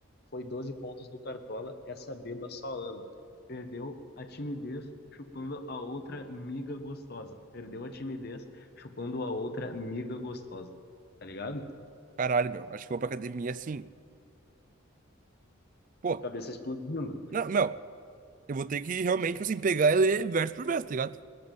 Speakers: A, on the left; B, on the right.
A: Foi 12 pontos do Cartola, essa beba só ama. Perdeu a timidez chupando a outra miga gostosa. Perdeu a timidez chupando a outra miga gostosa. Tá ligado?
B: Caralho, meu. Acho que eu vou pra academia assim. Pô,
A: Cabeça explodindo.
B: não, meu. Eu vou ter que realmente, tipo assim, pegar e ler verso por verso, tá ligado?